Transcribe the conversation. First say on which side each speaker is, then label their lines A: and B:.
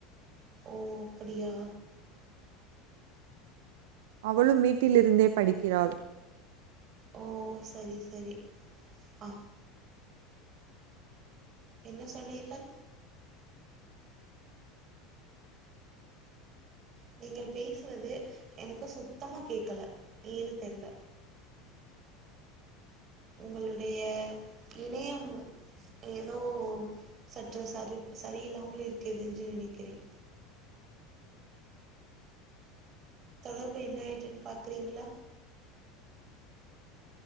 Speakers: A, on the right; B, on the right.
A: ஓ அப்டியா
B: அவளு வீட்டிலிருந்தே படிக்கிறாள்
A: ஓ செரி செரி அ என்ன சொன்னீர்கள் நீங்கள் பேசுவது எனக்கு சுத்தமா கேக்கல ஏனு தெர்ல உங்களுடைய இணையம் ஏதோ சற்று சரி சரியில்லாமல் இருக்குது என்று நினைக்கிறேன் தொடர்பு என்ன ஆயிட்டுனு பாக்குறீங்களா